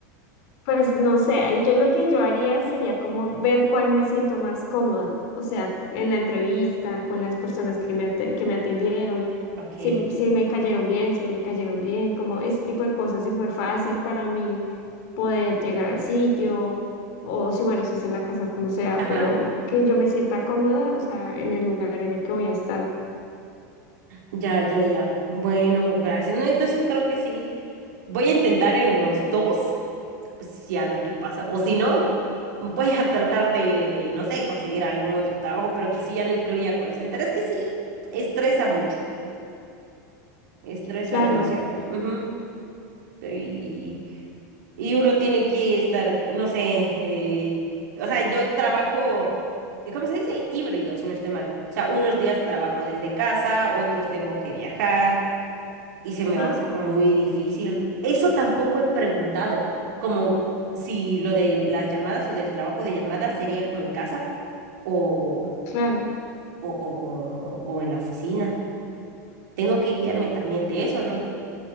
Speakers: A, on the left; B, on the right.
A: Pues no sé, ahí yo lo que yo haría sería como ver cuál me siento más cómoda, o sea, en la entrevista, con las personas que me, ate- que me atendieron,
B: Ok.
A: si, m- si me cayeron bien, si no me cayeron bien, como ese tipo de cosas, si fue fácil para mí poder llegar al sitio, o si bueno, si es en la casa, como sea,
B: Ajá,
A: pero que yo me sienta cómoda, o sea, en el lugar en el que voy a estar,
B: ya, ya, ya. Bueno, gracias. No, entonces creo que sí. Voy a intentar en los dos, pues sí, a ver qué pasa. O si no, voy a tratar de, de, no sé, conseguir algún otro trabajo, pero que sí ya no incluya call center. Es que sí, estresa mucho, estresa
A: claro,
B: demasiado. Ujú. Pero, Y, Y uno tiene que estar, no sé, eh, o sea, yo trabajo, eh, ¿cómo se dice? Híbrido, si no estoy mal. O sea, unos días trabajo desde casa, otros tengo que viajar y se
A: ajá,
B: me va a hacer como muy difícil. Eso tampoco he preguntado, como si lo de las llamadas o del trabajo de llamadas sería como en casa o,
A: claro,
B: o, o, o, o en la oficina. Tengo que guiarme también de eso, ¿no?